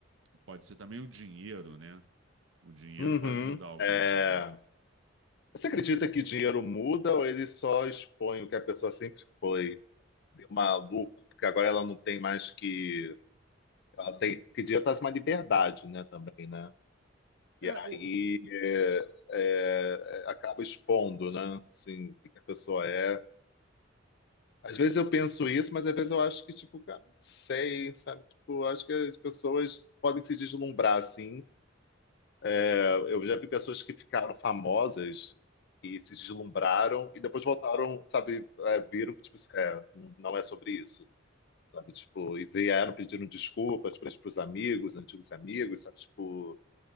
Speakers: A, on the right; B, on the left.
A: pode ser também o dinheiro, né? O dinheiro
B: Uhum.
A: pode mudar alguém
B: É.
A: também.
B: Você acredita que dinheiro muda ou ele só expõe o que a pessoa sempre foi? Deu Uma lupa, porque agora ela não tem mais que. Ela tem, porque dinheiro traz uma liberdade, né, também, né? E
A: É,
B: aí
A: o,
B: é, é, acaba expondo, né? Assim, o que que a pessoa é. Às vezes eu penso isso, mas às vezes eu acho que, tipo, cara, não sei, sabe? Tipo, eu acho que as pessoas podem se deslumbrar, assim. É, Eu já vi pessoas que ficaram famosas e se deslumbraram e depois voltaram, sabe, é, viram que, tipo, assim, é, não é sobre isso, sabe? Tipo, e vieram pedindo desculpas para os amigos, antigos amigos, sabe? Tipo,